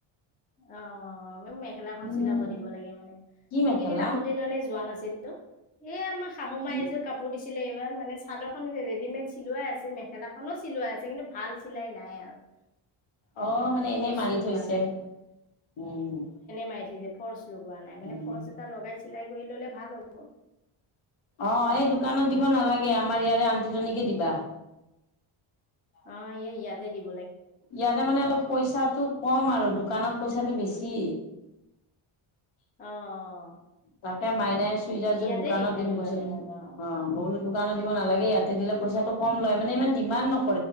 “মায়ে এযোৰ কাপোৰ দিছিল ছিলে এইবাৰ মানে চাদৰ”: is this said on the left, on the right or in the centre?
Left